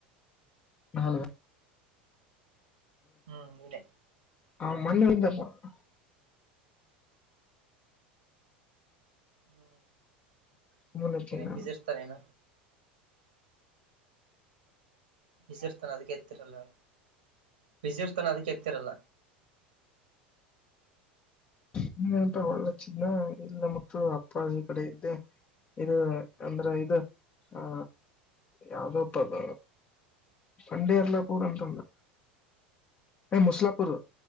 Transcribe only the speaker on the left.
<unintelligible>
ಹ ಮಣ್ಣು <unintelligible>
ಫೋನ್ ಎತ್ತಿಲ್ಲ
ಇ ಎಂತ ಒಳ್ಳೆ ಚಿನ್ನ ಇಲ್ಲ ಮ ಅಪ್ಪಿ. ಕಡೆ ಇದ್ದೆ ಇದು ಅಂದ್ರೆ ಇದು ಆ. ಯಾವ್ದಪ್ಪದ ಂಡಿರ್ಲ್ಲ ಪೂರಂತಂದ. ಏ ಮುಸ್ಲಾಪುರ್